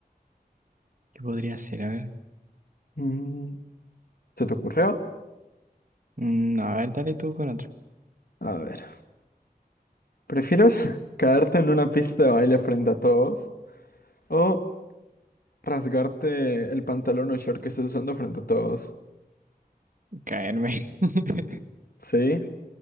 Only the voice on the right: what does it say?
¿qué podría ser? A ver.
Mm, no, a ver, dale tú con otro.
Caerme. <laughs>